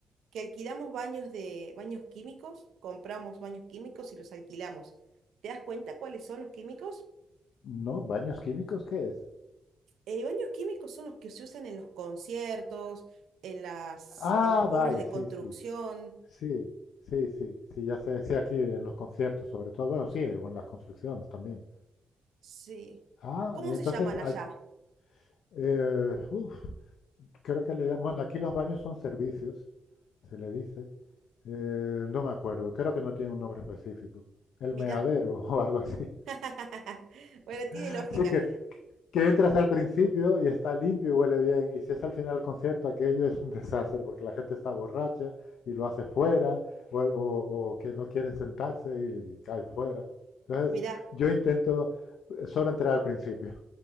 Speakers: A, on the right; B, on the left.
A: que alquilamos baños de baños químicos, compramos baños químicos y los alquilamos. ¿Te das cuenta cuáles son los químicos?
B: No, baños químicos, ¿qué es?
A: Eh, baños químicos son los que se usan en los conciertos, en las,
B: Ah,
A: en las obras
B: vale,
A: de
B: sí,
A: construcción.
B: sí, sí, sí, sí, sí, ya sé, sí, aquí en los conciertos sobre todo, bueno, sí, o en las construcciones también.
A: Sí.
B: Ah,
A: ¿Cómo
B: y entonces,
A: se llaman
B: al,
A: allá?
B: eh, uf, creo que le llaman, bueno, aquí los baños son servicios, se le dice. Eh, no me acuerdo, creo que no tiene un nombre específico. El
A: Mira.
B: meadero <laughs> o algo así.
A: <laughs> Bueno, tiene
B: Así
A: lógica.
B: que, que entras al principio y está limpio y huele bien. Y si es al final del concierto, aquello es un desastre porque la gente está borracha y lo hace fuera o, o- o que no quieren sentarse y, y cae fuera. Entonces,
A: Mira,
B: yo intento eh, solo entrar al principio.